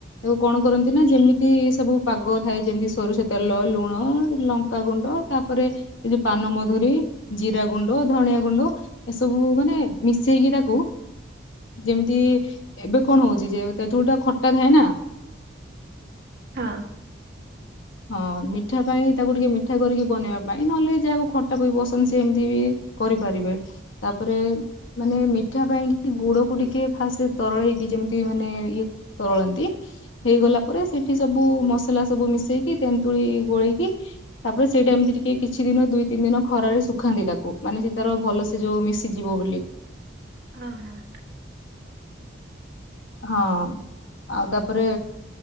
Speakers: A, on the left (about 85°); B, on the right (about 55°).
A: ଆଉ କଣ କରନ୍ତି ନା ଯେମିତି ସବୁ ପାଗ ଥାଏ ଯେମିତି ସୋରିଷ ତେଲ, ଲୁଣ, ଲ କା ଗୁଣ୍ଡ ତାପରେ ଏ ଯୋଉ ପାନମଧୁରୀ, ଜିରା ଗୁଣ୍ଡ, ଧଣିଆ ଗୁଣ୍ଡ ଏସବୁ ମାନେ ମିଶେଇକି ତାକୁ ଯେମିତି ଏବେ କଣ ହଉଚି ଯେ ତେନ୍ତୁଳି ଟା ଖଟା ଥାଏ ନା
B: ହଁ।
A: ହଁ ମିଠା ପାଇଁ ତାକୁ ଟିକେ ମିଠା କରିକି ବନେଇବା ପାଇଁ ନହେଲେ ଯାହାକୁ ଖଟା ପି ପସନ୍ଦ ସେ ଏମିତି ବି କରିପାରିବେ। ତାପରେ ମାନେ ମି ମିଠା ପାଇଁ କି ଗୁଡ଼ କୁ ଟିକେ ଫାଷ୍ଟ ତରଳେଇକି ଯେମିତି ମାନେ ଇଏ ତରଳାନ୍ତି। ହେଇଗଲା ପରେ ସେଠି ସବୁ ମସଲା ସବୁ ମିଶେଇକି ତେନ୍ତୁଳି ଗୋଳେଇକି ତାପରେ ସେଇଟା ଏମିତି ଟିକେ କିଛି ଦିନ ଦୁଇ ତିନି ଦିନ ଖରାରେ ଶୁଖାନ୍ତି ତାକୁ। ମାନେ ସେ ତାର ଭଲସେ ସେ ଯୋଉ ମିଶିଯିବ ବୋଲି।
B: ହଁ ହଁ।
A: ହଁ। ଆଉ ତାପରେ